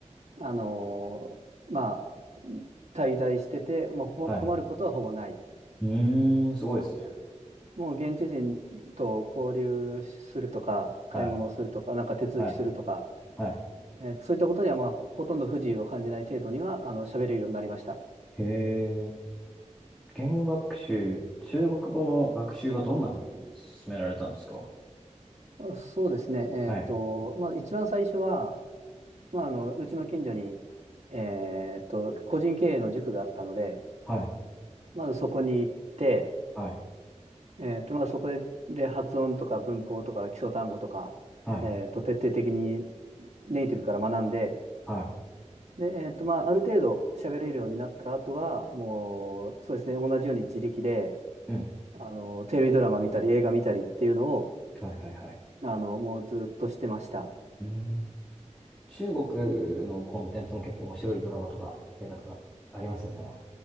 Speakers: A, on the right; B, in the centre.
A: あの、まあ、滞在してて、もうこ困ることはほぼない。
B: はい。うーん、すごいですね。
A: もう現地人と交流するとか、買い物をするとか、
B: はい。
A: なんか手続きするとか、
B: はい。はい。
A: えーそういったことには、まあ、ほとんど不自由を感じない程度には、あの、喋れるようになりました。
B: へえ。言語学習、中国語の学習はどんな風に進められたんですか
A: あそうですね。えーっと、
B: はい。
A: まあ、一番最初は、まあ、あの、うちの近所に、えーっと、個人経営の塾があったので、
B: はい。
A: まずそこに行って、
B: はい。
A: えーっと、まあ、そこで、で、発音とか文法とか基礎単語とか、
B: はい。
A: えーっと、徹底的にネイティブから学んで、
B: はい。
A: で、えーっと、まあ、ある程度喋れるようになった後は、もう、そうですね、同じように自力で、
B: うん。
A: あの、テレビドラマ見たり、映画見たりっていうのを、
B: はいはいはい。
A: あの、もうずっとしてました。
B: うん。中国のコンテンツも結構面白いドラマとか映画とかありますよね。